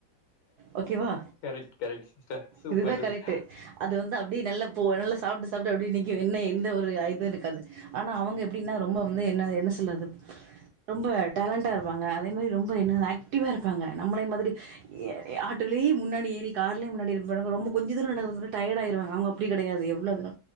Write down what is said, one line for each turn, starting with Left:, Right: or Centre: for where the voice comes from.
Right: ஓகேவா
Left: கரெக்ட் கரெக்ட் சிஸ்டர் சூப்பர்
Right: இதுதா
Left: சிஸ்டர்
Right: கரெக்ட்டு அது வந்து அப்டி நல்லா போ நல்லா சாப்ட்டு சாப்ட்டு அப்டி நிக்கும் என்ன எந்த ஒரு இது ஆயிருக் காது ஆனா அவங்க எப்டின்னா ரொம்ப வந்து என்ன என்ன சொல்லறது ரொம்ப டேலண்ட்டா இருப்பாங்க அதே மாரி ரொம்ப என்ன ஆக்டிவா இருப்பாங்க நம்மளை மாதிரி எ ஏ ஆட்டோலயே முன்னாடி ஏறி கார்லயே முன்னாடிறப்ப ரொம்ப கொஞ்ச தூரோ நடக்கறதுகுள்ள டயடு ஆயிடுவாங்க அவங்க அப் ப்டி கெடையாது எவ்ளோதா